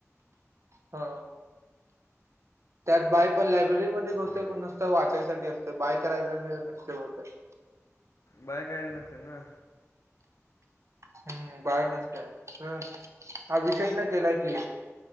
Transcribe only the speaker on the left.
बरोबर
बाय करायच नसते ना.